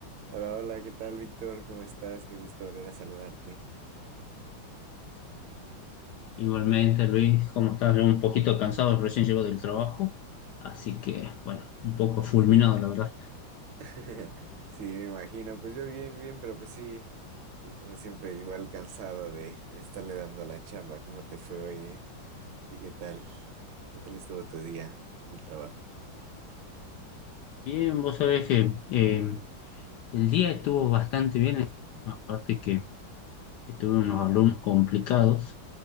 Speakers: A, on the right; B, on the left.
A: Hola, hola, ¿qué tal, Víctor? ¿Cómo estás? Qué gusto volver a saludarte.
B: Igualmente, Luis, ¿cómo estás? Yo un poquito cansado, recién llego del trabajo, así que, bueno, un poco
A: Este,
B: fulminado, la verdad.
A: <laughs> Sí, me imagino. Pues yo bien, bien, pero pues sí, sí, como siempre, igual cansado de, de estarle dando a la chamba. ¿Cómo te fue hoy, eh? ¿A ti qué tal? ¿Qué tal estuvo tu día en el trabajo?
B: Bien, vos sabés que eh, el día estuvo bastante bien, aparte que, que tuve unos alumnos complicados,